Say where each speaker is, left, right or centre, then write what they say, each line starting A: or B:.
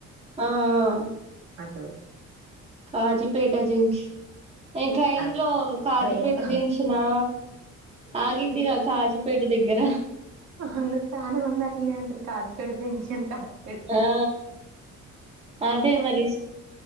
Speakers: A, on the right; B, on the right.
A: ఆహ్.
B: ఆటో.
A: కాజిపేట జెంక్షన్ ఇంకా ఇండ్లో
B: అ
A: కాజిపేట
B: ట్రైన్ లో
A: జెంక్షనా ఆగిద్దిగా కాజుపేట దగ్గర
B: అవును చాన మంది అట్లనే అంటారు కాజుపేట జంక్షన్ కాజు
A: ఆ అదే మరి